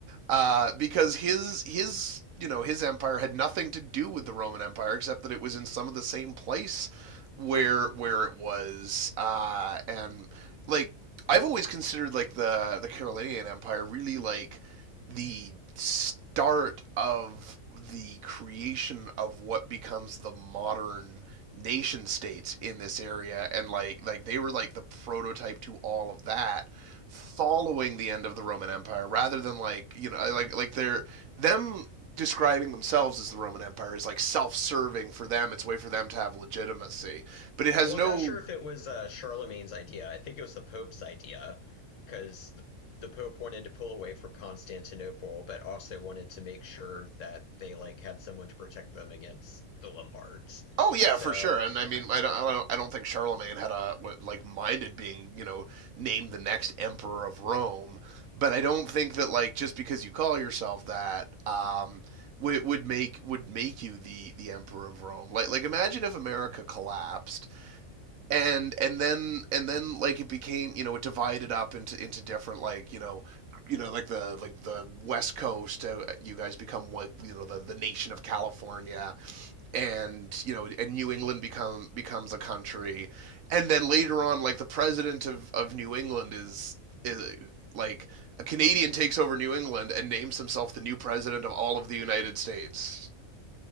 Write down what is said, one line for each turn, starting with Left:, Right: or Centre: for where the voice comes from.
Right: uh, because his his you know his empire had nothing to do with the Roman Empire except that it was in some of the same place where where it was uh, and like I've always considered like the the Carolinian Empire really like the start of the creation of what becomes the modern nation states in this area and like like they were like the prototype to all of that following the end of the Roman Empire rather than like you know like like they're them describing themselves as the Roman Empire is like self-serving for them it's a way for them to have legitimacy but it has
Left: well,
Right: no
Left: I'm not sure if it was uh, Charlemagne's idea. I think it was the Pope's idea because the, the Pope wanted to pull away from Constantinople, but also wanted to make sure that they like had someone to protect them against the Lombards.
Right: Oh yeah,
Left: So,
Right: for sure. And
Left: yeah.
Right: I mean, I don't, I don't, I don't think Charlemagne had a what, like minded being, you know, named the next emperor of Rome. But I don't think that like just because you call yourself that, um, would, would make would make you the the emperor of Rome. Like like imagine if America collapsed and and then and then like it became you know it divided up into into different like you know you know like the like the west coast uh, you guys become like you know the, the nation of california and you know and new england become becomes a country and then later on like the president of of new england is is like a canadian takes over new england and names himself the new president of all of the united states